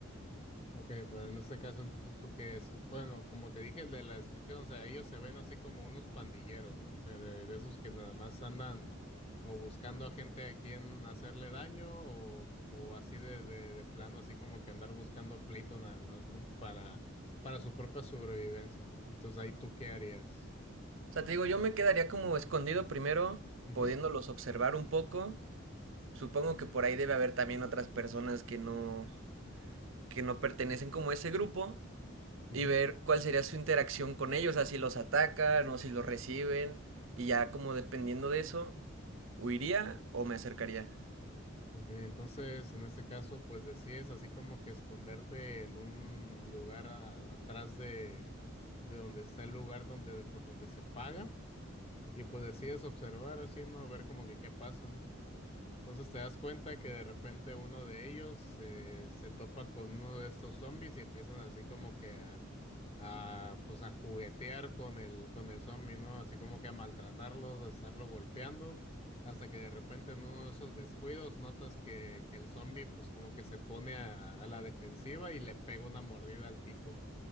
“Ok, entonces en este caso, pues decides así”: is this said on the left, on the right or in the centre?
Left